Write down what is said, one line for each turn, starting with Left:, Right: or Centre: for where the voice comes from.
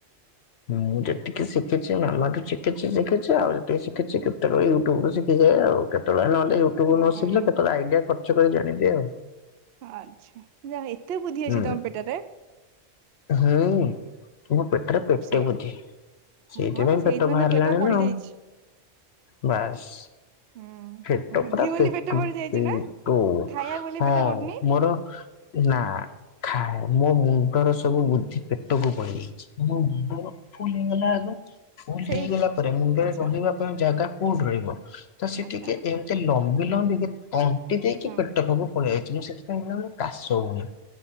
Left: ହୁଁ ଯେତିକି ଶିଖିଛି ମାମାଠୁ ଶିଖିଛି ଶିଖିଛି ଆଉ ଯେତିକି ଶିଖିଛି କେତେକ ୟୁଟୁବ ଶି କି ଯାଏ ଆଉ କେତେବେଳେ ନହଲେ ୟୁଟ୍ୟୁବୁରୁ
Right: ହଁ
Left: ନ ଶିଖିଲେ କେତେବେଳେ ଆଇଡ଼ିଆ ଖର୍ଚ୍ଚ କରି ଜାଣିଦିଏ ଆଉ।
Right: ଆଚ୍ଛା ଯା ହଉ ଏତେ ବୁଦ୍ଧି
Left: ହୁଁ
Right: ଅଛି ତମ ପେଟରେ।
Left: ହୁଁ। ମୋ ପେଟରେ ପେଟେ
Right: ସେ
Left: ବୁଦ୍ଧି ସେଇଥିପାଇଁ
Right: ହଁ ତ
Left: ପେଟ ବାହାରିଲାଣି
Right: ତ ବଢି
Left: ନା ଆଉ।
Right: ଯାଇଛି
Left: ବାସ୍।
Right: ହୁଁ।
Left: ପେଟ
Right: ବୁଦ୍ଧି
Left: ପୁରା
Right: ବୋଲି
Left: ପେଟୁ
Right: ପେଟ ବଢି ଯାଇଛି
Left: ପେଟୁ
Right: ନା ଖାଇବା ବୋଲି
Left: ହଁ
Right: ପେଟ ବଢିନି
Left: ମୋର ନା ଖାଏ ମୋ ମୁଣ୍ଡର ସବୁ ବୁଦ୍ଧି ପେଟକୁ ପଳିଆଇଚି। ମୁଣ୍ଡ ଫୁଲ ହେଇଗଲା ଆଗ ଫୁଲ
Right: ସେଇ
Left: ହେଇଗଲା ପରେ ମୁଣ୍ଡରେ
Right: ଆଚ୍ଛା
Left: ରହିବା ତମ ଜାଗା କୋଉଠି ରହିବ ତ ସେ
Right: ଆଚ୍ଛା
Left: ଟିକେ ଏମତି ଲମ୍ବି ଲମ୍ବିକି ତଣ୍ଟି ଦେଇକି
Right: ହଁ
Left: ପେଟ ପାଖକୁ ପଳିଆଇଚି ତ ସେଥିପାଇଁ କଣ କହିଲୁ କାଶ ହଉନି।